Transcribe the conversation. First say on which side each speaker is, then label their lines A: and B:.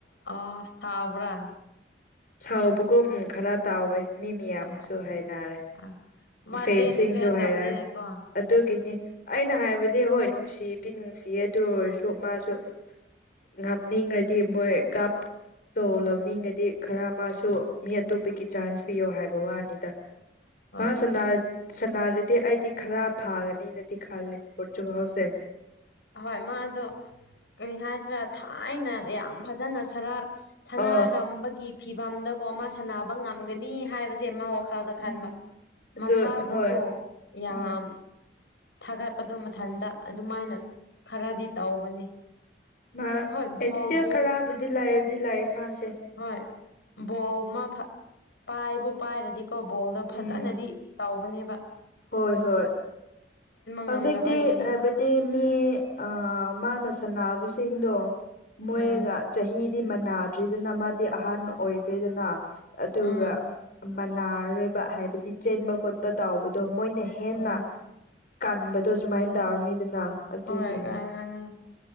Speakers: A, on the left; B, on the left.
A: ꯑ ꯁꯥꯎꯕ꯭ꯔꯥ
B: ꯁꯥꯎꯕꯒꯨꯝ ꯎꯝ ꯈꯔ ꯇꯧꯋꯦ ꯃꯤ ꯃꯌꯥꯝꯁꯨ
A: ꯑ
B: ꯍꯥꯏꯅꯔꯦ
A: ꯑ ꯃꯥ
B: ꯐꯦꯟꯁꯤꯡꯁꯨ
A: ꯆꯦꯟꯁꯨ ꯆꯦꯟꯗꯕꯅꯤꯅꯀꯣ
B: ꯍꯥꯏꯔꯦ ꯑꯗꯨꯒꯤꯅꯤ ꯑꯩꯅ ꯍꯥꯏꯕꯗꯤ ꯍꯣꯏ ꯅꯨꯡꯁꯤꯕꯗꯤ ꯅꯨꯡꯁꯤꯌꯦ ꯑꯗꯨ ꯑꯣꯏꯔꯁꯨ ꯃꯥꯁꯨ ꯉꯝꯅꯤꯡꯉꯗꯤ ꯃꯣꯏ ꯀꯞ ꯇꯣ ꯂꯧꯅꯤꯡꯉꯗꯤ ꯈꯔ ꯃꯥꯁꯨ ꯃꯤ ꯑꯇꯣꯞꯄꯒꯤ ꯆꯥꯟꯁ ꯄꯤꯌꯣ ꯍꯥꯏꯕ ꯋꯥꯅꯤꯗ
A: ꯍꯣꯏ
B: ꯃꯥ ꯁꯅꯥ ꯁꯅꯥꯔꯗꯤ ꯑꯩꯗꯤ ꯈꯔ ꯐꯥꯒꯅꯤꯅꯗꯤ ꯈꯜꯂꯦ ꯍꯣꯔꯇꯨꯒꯜꯁꯦ
A: ꯍꯣꯏ ꯃꯥꯗꯣ ꯀꯔꯤ ꯍꯥꯏꯁꯤꯔꯥ ꯊꯥꯏꯅ ꯌꯥꯝ ꯐꯖꯅ ꯁꯔꯥꯛ ꯁꯥꯟꯅꯔꯝꯕꯒꯤ
B: ꯑ
A: ꯐꯤꯚꯝꯗꯀꯣ ꯃꯥ ꯁꯥꯟꯅꯕ ꯉꯝꯒꯅꯤ ꯍꯥꯏꯕ <unintelligible> ꯃꯥ ꯋꯥꯈꯜꯗ
B: ꯎꯝ
A: ꯈꯟꯕ
B: ꯑꯗꯨ
A: ꯃꯁꯥꯕꯨꯀꯣ
B: ꯍꯣꯏ
A: ꯌꯥꯝ
B: ꯎꯝ
A: ꯊꯥꯒꯠꯄꯗꯣ ꯃꯊꯟꯇ ꯑꯗꯨꯃꯥꯏꯅ ꯈꯔꯗꯤ ꯇꯧꯕꯅꯦ
B: ꯃꯥ
A: ꯍꯣꯏ ꯕꯣꯜꯕꯨ
B: ꯑꯦꯇꯤꯇ꯭ꯌꯨꯠ ꯈꯔꯕꯨꯗꯤ ꯂꯩꯕꯨꯗꯤ ꯂꯩ ꯃꯥꯁꯦ
A: ꯍꯣꯏ ꯕꯣꯜ ꯃꯥ <unintelligible> ꯄꯥꯏꯕꯨ ꯄꯥꯏꯔꯗꯤꯀꯣ ꯕꯣꯜꯗꯣ ꯐꯖꯅꯗꯤ
B: ꯎꯝ
A: ꯇꯧꯕꯅꯤꯕ
B: ꯍꯣꯏ ꯍꯣꯏ ꯍꯧꯖꯤꯛꯇꯤ
A: ꯉꯝꯗꯕꯒꯤꯅꯦ
B: ꯍꯦꯕꯤꯠ ꯇꯤ ꯃꯤ ꯑꯥ ꯃꯥꯅ ꯁꯥꯟꯕꯁꯤꯡꯗꯣ ꯃꯣꯏꯒ
A: ꯎꯝ
B: ꯆꯍꯤ ꯗꯤ ꯃꯟꯅꯥꯗ꯭ꯔꯦꯗꯅ ꯃꯥꯗꯤ ꯑꯍꯟ ꯑꯣꯏꯈ꯭ꯔꯦꯗꯅ ꯑꯗꯨꯒ
A: ꯎꯝ
B: ꯃꯅꯥꯔꯣꯏꯕ ꯍꯥꯏꯕꯗꯤ ꯆꯦꯟꯕ ꯈꯣꯠꯄ ꯇꯧꯕꯗꯣ ꯃꯣꯏꯅ ꯍꯦꯟꯅ
A: ꯎꯝ
B: ꯀꯟꯕꯗꯣ ꯁꯨꯃꯥꯏꯟ ꯇꯧꯔꯅꯤꯗꯅ ꯑꯗꯨꯒꯤꯅꯤ
A: ꯍꯣꯏ <unintelligible>